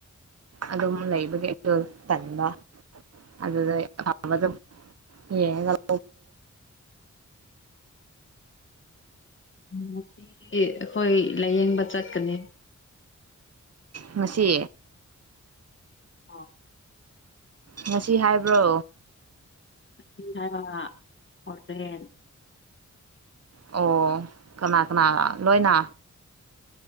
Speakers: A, on the right (about 55°); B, on the left (about 40°).
A: ꯑꯗꯨꯝ ꯂꯩꯕꯒꯤ ꯑꯩꯗꯣ ꯇꯟꯕ ꯑꯗꯨꯗ ꯑꯐꯕꯗꯨ ꯌꯦꯡꯉꯒꯥ
B: ꯉꯁꯤ ꯑꯩꯈꯣꯏ ꯂꯥꯏꯌꯦꯡꯕ ꯆꯠꯀꯅꯤ
A: ꯉꯁꯤ
B: ꯑꯣ
A: ꯉꯁꯤ ꯍꯥꯏꯕ꯭ꯔꯣ
B: <unintelligible> ꯍꯥꯏꯕ ꯍꯣꯔꯦꯜ
A: ꯑꯣ ꯀꯅꯥ ꯀꯅꯥ ꯂꯣꯏꯅ